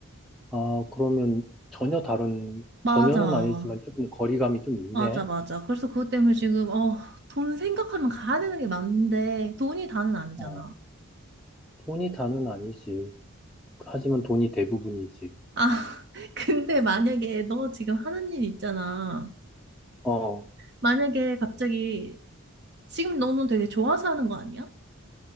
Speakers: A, in the centre; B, on the right.
A: 아, 그러면 전혀 다른,
B: 맞아.
A: 전혀는 아니지만 조금 거리감이 좀 있네.
B: 맞아, 맞아. 그래서 그것 때문에 지금, 어, 돈 생각하면 가야 되는 게 맞는데, 돈이 다는 아니잖아.
A: 어, 돈이 다는 아니지. 하지만 돈이 대부분이지.
B: 아, <laughs> 근데 만약에 너 지금 하는 일 있잖아.
A: 어,
B: 만약에 갑자기 지금 너는 되게 좋아서 하는 거 아니야?